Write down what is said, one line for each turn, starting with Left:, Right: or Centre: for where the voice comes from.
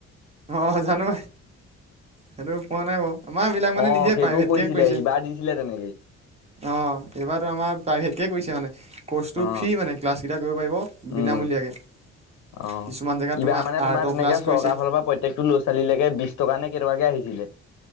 Right: অ' জানো সেইটো পোৱা নাই বাৰু আমাৰ এই বিলাক মানে
Left: অ
Right: নিজে
Left: সেইটোও
Right: প্ৰাইভেটকে
Left: কৰিছিলে
Right: কৰিছে
Left: ইবাৰ দিছিলে তেনেকেই
Right: অ' এইবাৰটো আমাৰ প্ৰাইভেট। এক কৰিছে মানে ক'ৰ্চটো
Left: অ
Right: ফ্ৰী মানে ক্লাছকেইটা কৰিব পাৰিব
Left: উম
Right: বিনামূলীয়াকৈ।
Left: অ'
Right: কিছুমান জেগাত
Left: এইবাৰ মানে তোমাৰ
Right: আৰ্টৰ
Left: তেনেকে
Right: ক্লাছ কৰিছে
Left: চৰকাৰৰ ফালৰ পৰা প্ৰত্যেকটো ল'ৰা-ছোৱালীলৈকে বিশ টকা নে কেইটকাকে আহিছিলে।